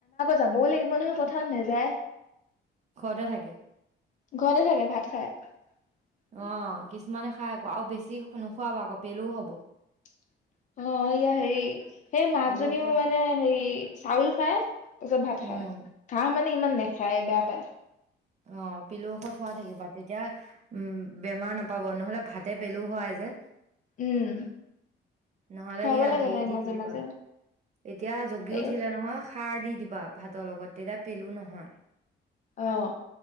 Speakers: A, on the left; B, on the right.
A: যাবই লাগিব নহয় পথাৰত নেযায়।
B: ঘৰতে থাকে।
A: ঘৰতে থাকে, ভাত খাই।
B: অ', কিছুমানে খাই আকৌ আৰু বেছি নোখুৱাব আকৌ পেলও হব।
A: অ, সেয়া হেৰি সেই মাকজনীও
B: পেলু ঔষধ
A: মানে হেৰি চাউল খায়, তাৰ পিছত ভাত খায়
B: উম
A: ঘাঁহ মানে ইমান নেখায় বেয়া পায়।
B: অ। পিলু ঔষধ খোৱা থাকিবা তেতিয়া? উম, বেমাৰ নাপাব নহলে ভাতে পেলু হয় যে।
A: উম।
B: নহ'লে
A: খুৱাব
B: সি
A: লাগে
B: হেৰি
A: তাইক
B: দি
A: মাজে
B: দিবা
A: মাজে
B: এতিয়া জগি
A: এই
B: উঠিলে নহয় সাৰ দি। দিবা ভাতৰ লগত তেতিয়া পেলু নহয়।
A: অহ।